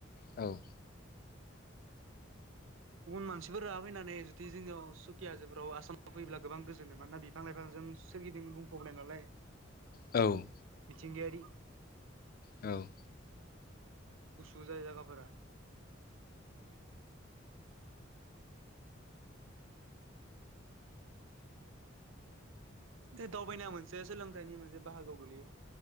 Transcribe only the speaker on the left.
औ।
औ।
औ।